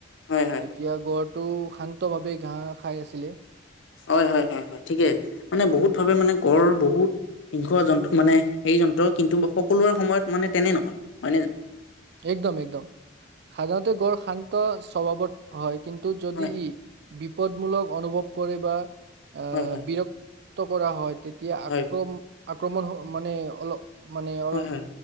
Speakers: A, on the left; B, on the right.
A: হয় হয়
B: তেতিয়া গৰ টো শান্ত ভাৱে ঘাঁহ খাই আছিলে।
A: হয় - হয় -হয় - হয় ঠিকেই মানে বহুত ভাৱে মানে গড় বহুত সিংহ যন্ত্ৰ মানে হেই যন্ত্ৰ কিন্তু সকলোৰে সময়ত মানে তেনে নহয় হয় নে?
B: একদম -একদম সাধাৰণতে গড় শান্ত ত স্বভাৱত হয়। কিন্তু যদি
A: হয়
B: ই বিপদমূলক অনুভৱ কৰে বা আহ
A: হয় হয়
B: ', বিৰক্ত কৰা হয়। তেতিয়া
A: হয়
B: আক্ৰম। আক্ৰমণ হ ', মানে অলপ মানে অল
A: হয় হয়